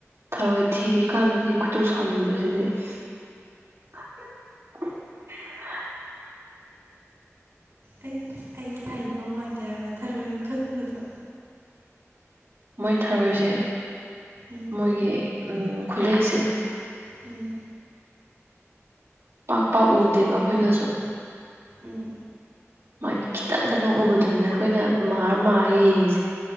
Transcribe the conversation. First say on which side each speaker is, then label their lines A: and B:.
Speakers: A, on the right; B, on the right.
A: ꯊꯥꯔꯣꯏ ꯊꯤꯔꯤ ꯀꯥꯟꯗꯗꯤ ꯈꯣꯏꯗꯧ ꯁꯥꯎꯅꯤꯡꯕꯁꯤꯗꯤ <inaudible>
B: ꯑꯩ ꯑꯩꯗꯤ ꯍꯩꯗꯧ ꯃꯥꯟꯗꯦ ꯍꯥꯏꯕ ꯊꯥꯔꯣꯏ ꯈꯨꯟꯕꯗꯣ
A: ꯃꯣꯏ ꯊꯔꯣꯏꯁꯦ
B: ꯎꯝ
A: ꯃꯣꯏꯒꯤ ꯎꯝ ꯈꯨꯂꯩꯁꯦ
B: ꯎꯝ
A: ꯄꯥꯛ ꯄꯥꯛ ꯎꯗꯦꯕ ꯑꯩꯈꯣꯏꯅꯁꯨ
B: ꯎꯝ
A: ꯃꯥꯒꯤ ꯈꯤꯇꯪ ꯈꯤꯇꯪ ꯎꯕꯗꯨꯅꯦ ꯑꯩꯈꯣꯏꯅ ꯃꯥꯔ ꯃꯥꯔ ꯌꯦꯡꯉꯤꯁꯦ